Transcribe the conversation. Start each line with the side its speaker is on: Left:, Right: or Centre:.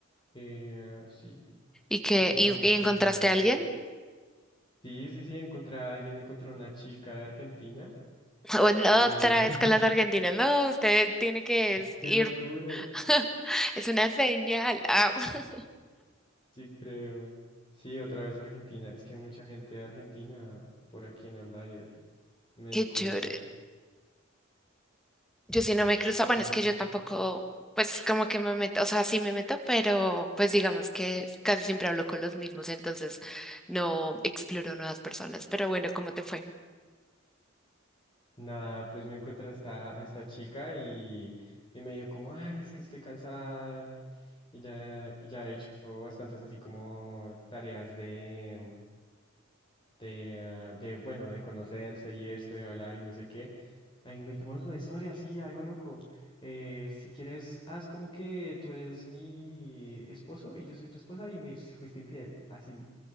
Left: Eh, sí,
Centre: ¿Y qué?
Left: entonces
Centre: ¿Y, y
Left: pues
Centre: encontraste
Left: nada.
Centre: a alguien? <laughs>
Left: Sí, sí, sí, encontré a alguien, encontré a una chica de Argentina.
Centre: O la
Left: que
Centre: otra vez
Left: <laughs>
Centre: con las argentinas. No, usted tiene que es-
Left: ¡Qué
Centre: ir.
Left: locura!
Centre: <laughs> Es una señal. Ah, <laughs>
Left: Sí, creo. Sí, otra vez Argentina. Es que hay mucha gente de Argentina por aquí en Outlier. Me
Centre: qué
Left: di cuenta.
Centre: chévere. Yo sí no me cruzo,
Left: Sí,
Centre: bueno, es
Left: sí,
Centre: que yo
Left: sí.
Centre: tampoco, pues como que me meto, o sea, sí me meto, pero pues digamos que casi siempre hablo con los mismos, entonces no exploro nuevas personas. Pero bueno, ¿cómo te fue?
Left: Nada, pues me encontré a esta, a esta chica y, y me dijo como, ay, es que estoy cansada y ya, y ya he hecho bastantes así como tareas de, de, ah, de, bueno, de conocerse y esto, y hablar y no sé qué. Ah, inventemos una historia, así algo loco. Eh, si quieres, haz como que tú eres mi esposo y yo soy tu esposa y me fuiste infiel, así.